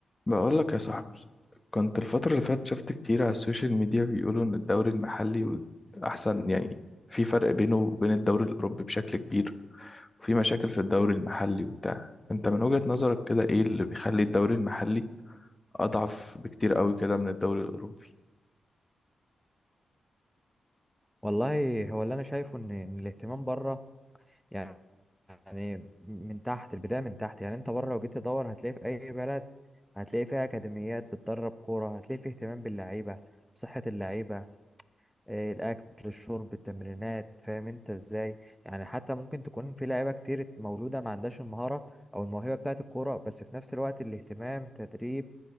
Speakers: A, on the left (about 20°); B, in the centre.
A: بقول لك يا صاحبي كنت الفترة اللي فاتت شفت كتير على السوشيال ميديا بيقولوا إن الدوري المحلي أحسن يعني في فرق بينه وبين الدوري الأوروبي بشكل كبير وفي مشاكل في الدوري المحلي وبتاع أنت من وجهة نظرك كده إيه اللي بيخلي الدوري المحلي أضعف بكتير قوي كده من الدوري الأوروبي
B: والله هو اللي انا شايفه ان إن الاهتمام بره يعني يعني من تحت البدايه من تحت يعني انت بره لو جيت تدور هتلاقي في اي بلد هتلاقي فيها اكاديميات بتدرب كوره هتلاقي في اهتمام باللعيبه بصحه اللعيبه آه، الاكل الشرب التمرينات فاهم انت ازاي يعني حتى ممكن تكون في لعيبه كتير مولوده ما عندهاش المهاره او الموهبه بتاعه الكوره بس في نفس الوقت الاهتمام التدريب